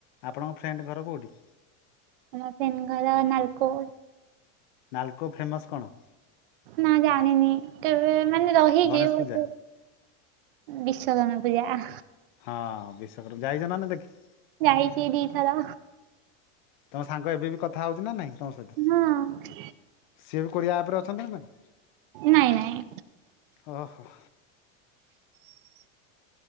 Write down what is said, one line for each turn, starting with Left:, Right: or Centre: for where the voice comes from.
Left: ଆପଣଙ୍କ ଫ୍ରେଣ୍ଡ ଘର କୋଉଠି?
Right: ମୋ ଫ୍ରେଣ୍ଡ ଘର ନାଲକୋ।
Left: ନାଲକୋ ଫେମସ୍ କଣ?
Right: ନା ଜାଣିନି କେବେ ମାନେ ରହିଚି
Left: ଗଣେଶ
Right: ଗୋଟେ
Left: ପୂଜା
Right: ବିଶ୍ଵକର୍ମା ପୂଜା ଆ।
Left: ହଁ ବିଶ୍ୱକ ଯାଇଚ ନ ନା ଦେଖି
Right: ଯାଇଚି ଦିଥର।
Left: ତମ ସାଙ୍ଗ ଏବେବି କଥା ହଉଛି ନା ନାଇଁ ତମ ସହିତ?
Right: ହଁ।
Left: ସିଏ ବି କୋରିଆ ଆପ୍ ରେ ଅଛନ୍ତି ନା ନାଇଁ?
Right: ନାଇଁ ନାଇଁ
Left: ଓ ହୋ।